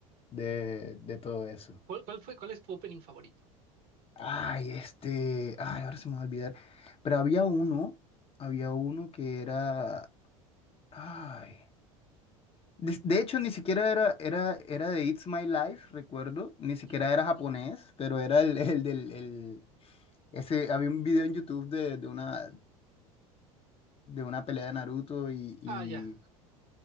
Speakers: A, on the left; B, on the right.
A: de, de todo eso.
B: ¿Cuál, cuál fue, cuál es tu opening favorito?
A: Ay, este, ay, ahora se me va a olvidar, pero había uno, había uno que era, ay. De, de hecho, ni siquiera era, era, era de It's My Life, recuerdo, ni siquiera
B: Ujú.
A: era japonés, pero era el, <laughs> el del, el- ese, había un video en YouTube de, de una, de una pelea de Naruto y, y,
B: Ah, ya,